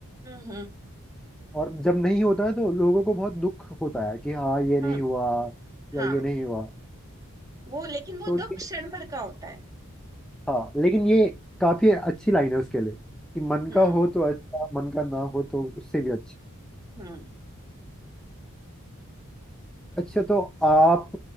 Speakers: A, on the right (about 15°); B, in the centre.
A: हम्म हम्म
B: और जब नहीं होता है तो लोगों को बहुत दुख होता है कि हाँ ये नहीं
A: हम्म
B: हुआ या
A: हाँ
B: ये नहीं हुआ
A: वो लेकिन वो
B: तो
A: दुख
B: ये
A: क्षण भर का होता है
B: हाँ लेकिन ये काफी अच्छी लाइन है उसके लिए कि मन
A: हम्म
B: का हो तो अच्छा मन का ना हो तो उससे भी अच्छा
A: हम्म
B: अच्छा तो आप